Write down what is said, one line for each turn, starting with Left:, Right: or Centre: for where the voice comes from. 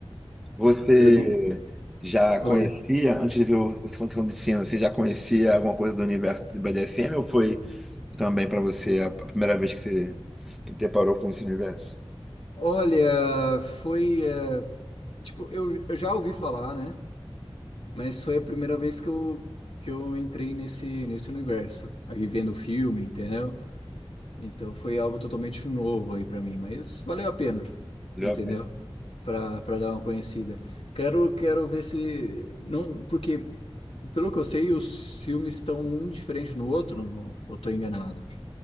Centre: Você
Left: Eu li-
Centre: já
Left: Oi.
Centre: conhecia, antes de ver o o Segundo Cão de Sina, você já conhecia alguma coisa do universo do BDSM ou foi também para você a a primeira vez que você se deparou com esse universo?
Left: Olha, foi. eh, tipo, eu, eu já ouvi falar, né? Mas foi a primeira vez que eu, que eu entrei nesse, nesse universo. Aqui vendo o filme, entendeu? Então foi algo totalmente novo aí pra mim, mas valeu a pena,
Centre: Valeu
Left: entendeu?
Centre: a pena.
Left: Pra, pra dar uma conhecida. Quero, quero ver se. Não, porque, pelo que eu sei, os filmes estão um diferente no outro, não, eu tô enganado.